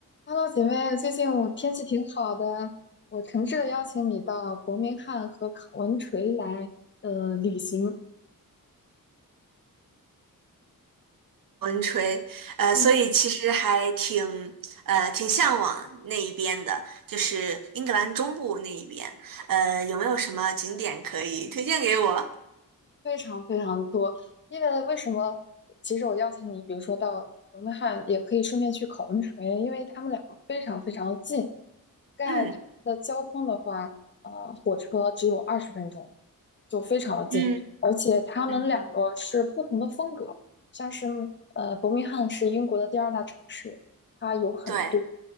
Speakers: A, on the left; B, on the right.
A: Hello，姐妹，最近我天气挺好的，我诚挚的邀请你到伯明翰和考文垂来呃旅行。
B: 文吹，呃，
A: 嗯，
B: 所以其实还挺，呃，挺向往那一边的，就是英格兰中部那一边，呃，有没有什么景点可以推荐给我？
A: 非常非常多，因为为什么？其实我邀请你，比如说到伯明翰，也可以顺便去考文垂，因为他们两个非常非常的近。盖它的交通的话，
B: 嗯，
A: 呃，火车只有二十分钟，就非常的近。
B: 嗯
A: 而且他们两个是不同的风格，
B: 嗯，
A: 像是呃，伯明翰是英国的第二大城市，它有很多
B: 对，